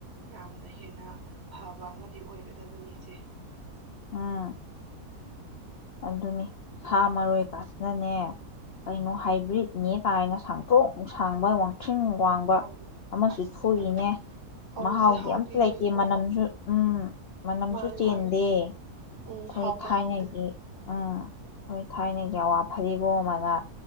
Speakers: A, on the right (about 50°); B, on the left (about 55°).
A: ꯌꯥꯝꯅ ꯍꯦꯟꯅ ꯐꯕ ꯑꯃꯗꯤ ꯑꯣꯏꯒꯗꯕꯅꯤ ꯏꯆꯦ ꯫
B: ꯑꯝ꯫ ꯑꯗꯨꯅꯤ ꯁꯥ ꯃꯔꯣꯏ ꯀꯥꯁꯤꯅꯅꯦ ꯀꯩꯅꯣ ꯍꯥꯏꯕ꯭ꯔꯤꯠꯅꯦ ꯀꯥꯏꯅ ꯁꯥꯡꯇꯣꯛ ꯅꯨꯡꯁꯥꯡꯕ ꯋꯥꯡꯈꯤꯡ ꯋꯥꯡꯕ
A: ꯑꯧ
B: ꯑꯃꯁꯨ
A: ꯑꯁ
B: ꯊꯣꯛꯏꯅꯦ
A: ꯐꯧꯁꯦ
B: ꯃꯍꯥꯎꯗꯤ
A: ꯍꯥꯎꯈꯤꯗ꯭ꯔꯦꯀꯣ
B: ꯑꯝꯇ ꯂꯩꯇꯦ ꯃꯅꯝꯁꯨ ꯎꯝ ꯃꯅꯝꯁꯨ
A: ꯃꯥꯅꯦ
B: ꯆꯦꯟꯗꯦ
A: ꯃꯥꯅꯦ
B: ꯑꯩꯈꯣꯏ
A: ꯎꯝ ꯍꯥꯎꯇꯦ
B: ꯊꯥꯏꯅꯒꯤ
A: ꯍꯥꯎꯇꯦ
B: ꯎꯝ ꯑꯩꯈꯣꯏ ꯊꯥꯏꯅꯒꯤ ꯑꯋꯥ ꯐꯗꯤꯒꯣꯝ ꯑꯅ